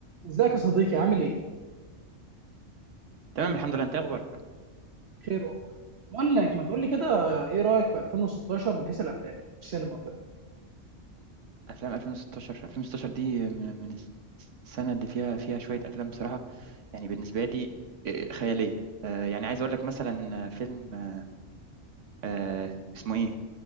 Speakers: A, on the right; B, on the right.
A: ازيك يا صديقي عامل ايه؟
B: تمام الحمد لله انت إيه اخبارك
A: خير والله. بقول لك ما تقول لي كده ايه رايك في 2016 من حيث الافلام السينما وكده
B: افلام 2016 2016 دي من من السنه اللي فيها فيها شويه افلام بصراحه يعني بالنسبه لي آه، خياليه آه، يعني عايز اقول لك مثلا آه، فيلم آه، آه، اسمه ايه